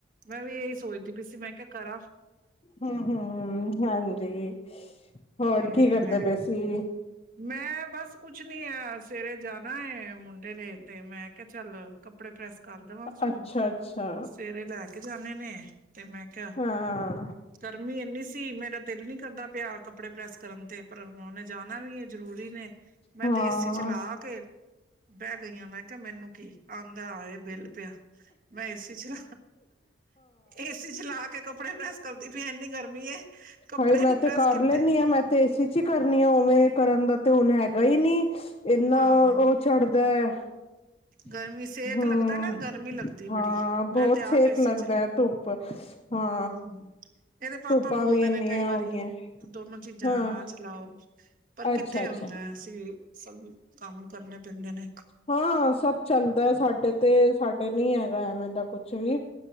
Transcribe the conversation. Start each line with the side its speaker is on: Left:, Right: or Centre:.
Right: ਮੈਂ ਵੀ ਇਹੀ ਸੋਚਦੀ ਪਈ ਸੀ ਮੈਂ ਕਿਹਾ ਕਰ
Left: ਹਮ ਹਮ ਹ ਹਾਂਜੀ ਹੋਰ
Right: ਤੇ
Left: ਕੀ ਕਰਦੇ
Right: ਮੈਂ
Left: ਪਏ ਸੀ
Right: ਮੈਂ ਬਸ ਕੁਛ ਨੀ ਆ ਸਵੇਰੇ ਜਾਣਾ ਹੈ ਮੁੰਡੇ ਨੇ ਤੇ ਮੈਂ ਕਿਹਾ ਚੱਲ ਕੱਪੜੇ ਪ੍ਰੈਸ ਕਰ ਦੇਵਾਂ ਤੂੰ
Left: ਅੱਛਾ ਅੱਛਾ
Right: ਸਵੇਰੇ ਲੈ ਕੇ ਜਾਣੇ ਨੇ ਤੇ ਮੈਂ ਕਿਹਾ
Left: ਹਾਂ
Right: ਗਰਮੀ ਇੰਨੀ ਸੀ ਮੇਰਾ ਦਿਲ ਨੀ ਕਰਦਾ ਪਿਆ ਕ ਕੱਪੜੇ ਪ੍ਰੈਸ ਕਰਨ ਤੇ ਪਰ ਹ ਨੇ ਜਾਣਾ ਵੀ ਹੈ ਜ਼ਰੂਰੀ ਨੇ ਮੈਂ
Left: ਹਾਂ
Right: ਤੇ ਏਸੀ ਚਲਾ ਕੇ ਬਹਿ ਗਈਆਂ ਮੈਂ ਕਿਹਾ ਮੈਨੂੰ ਕੀ ਆਉਂਦਾ ਆਏ ਬਿੱਲ ਪਿਆ ਮੈਂ ਏਸੀ ਚ ਏਸੀ ਚ ਲਾ ਕੇ ਕੱਪੜੇ ਪ੍ਰੈਸ ਕਰਦੀ ਪਈ ਇੰਨੀ ਗਰਮੀ ਏ ਕੱਪੜੇ
Left: ਹਰੇ ਮੈਂ
Right: ਨੀ
Left: ਤੇ
Right: ਪ੍ਰੈਸ
Left: ਕਰ
Right: ਕੀਤੇ
Left: ਲੈਦੀ ਹਾਂ ਮੈਂ ਤੇ ਏਸੀ ਚ ਹੀ ਕਰਨੀ ਆ ਉਵੇਂ ਕਰਨ ਦਾ ਤੇ ਹੁਣ ਹੈਗਾ ਹੀ ਨਹੀਂੀ ਇੰਨਾ
Right: ਹਾਂ
Left: ਉਹ ਚਛਡਦਾ ਹੈ ਹਮ
Right: ਗਰਮੀ ਸੇਕ ਲੱਗਦਾ ਨਾ ਗਰਮੀ ਲੱਗਦੀ
Left: ਹਾਂ
Right: ਬੜੀ ਮੈਂ
Left: ਬਹੁਤ
Right: ਤੇ ਆਪ
Left: ਛੇਕ
Right: ਏਸੀ
Left: ਲੱਗਦਾ
Right: ਚਲਾ
Left: ਹੈ ਧੁੱਪ ਹਾਂ
Right: ਹਮ ਇਹਦੇ ਪਾਪਾ
Left: ਧੁੱਪਾਂ
Right: ਬੋਲਦੇ
Left: ਵੀ ਇੰਨੀਆਂ
Right: ਨੇ ਕਈ ਵਾਰੀ
Left: ਹੋ ਗਈਆਂ
Right: ਦੋਨੋ ਚੀਜ਼ਾਂ
Left: ਹਾਂ
Right: ਨਾ ਚਲਾਓ ਪਰ
Left: ਅੱਛਾ
Right: ਕਿੱਥੇ
Left: ਅੱਛਾ
Right: ਹੁੰਦਾ ਅਸੀਂ ਸਭ ਕੰਮ ਕਰਨੇ ਪੈਂਦੇ ਨੇ
Left: ਹਾਂ ਸਭ ਚੱਲਦਾ ਸਾਡੇ ਤੇ ਸਾਡੇ ਨ ਹੈਗਾ ਐਵੇਂ ਦਾ ਕੁਛ ਵੀ